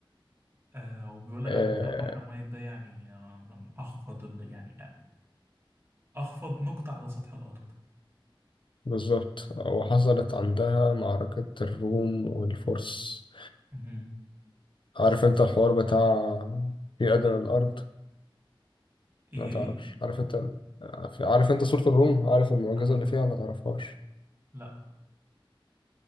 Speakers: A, on the right; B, on the left.
A: آه وبيقول لك
B: آه
A: على فكرة البحر الميت ده يعني آه من اخفض ال- يعني آه، اخفض نقطة على سطح الارض
B: بالظبط وحصلت عندها معركة الروم والفرس
A: مهم.
B: عارف انت الحوار بتاع في أدنى الأرض
A: ايه
B: ما تعرفش
A: ايه
B: عارف انت ال- عارف انت سورة الروم عارف المعجزة
A: اها
B: اللي فيها ما تعرفهاش
A: لا